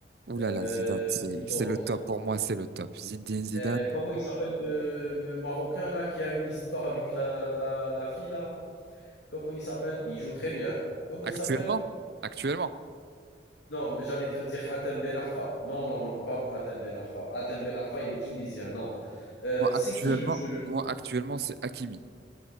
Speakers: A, on the right; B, on the left.
A: Ouh
B: heu,
A: là là, Zidane, c'est,
B: qui d'autre?
A: c'est le top. Pour moi, c'est le top. Zinedine Zidane.
B: Heu, comment il s'appelle le le Marocain là qui a eu l'histoire avec la la la fille là? Comment il s'appelle? Il joue très bien. Comment
A: Actuellement,
B: il s'appelle?
A: actuellement,
B: Non, mais j'allais te dire Hatem Ben Arfa. Non, non, non, pas Hatem Ben Arfa. Hatem Ben Arfa, il est tunisien, non. Euh,
A: moi actuellement,
B: c'est qui le jeu?
A: moi actuellement, c'est Hakimi.